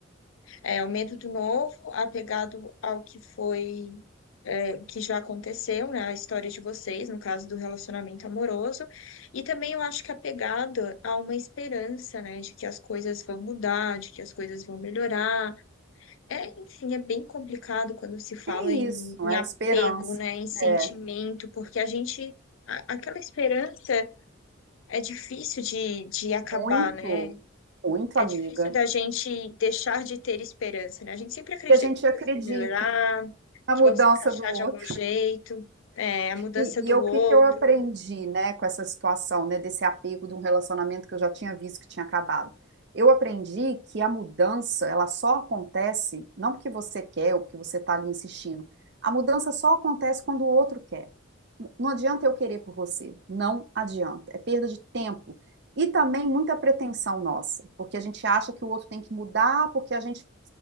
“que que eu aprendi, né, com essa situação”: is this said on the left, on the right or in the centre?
Right